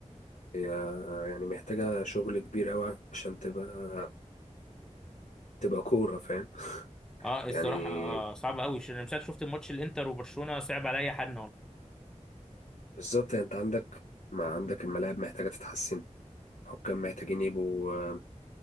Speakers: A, on the left (about 80°); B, in the centre.
A: هي يعني محتاجة شغل كبير قوي عشان تبقى تبقى كورة فاهم
B: اه الصراحه
A: يعني
B: آه صعب قوي انا مش عارف شفت الماتش الانتر وبرشلونه صعب عليا حد
A: بالظبط يعني انت عندك ما عندك الملاعب محتاجة تتحسن حكام محتاجين يبقوا آه،